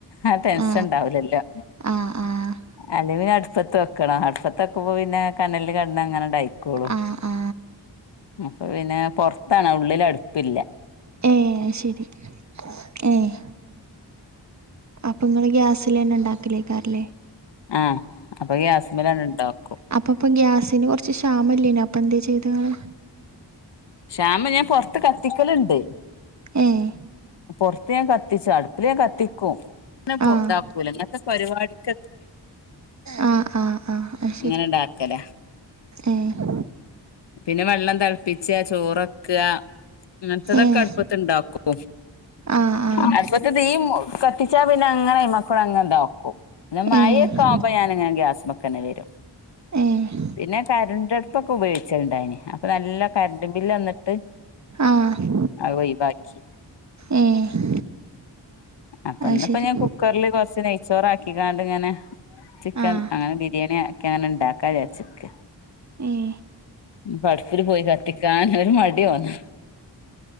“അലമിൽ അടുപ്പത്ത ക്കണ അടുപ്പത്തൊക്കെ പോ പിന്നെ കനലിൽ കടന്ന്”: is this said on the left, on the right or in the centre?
Left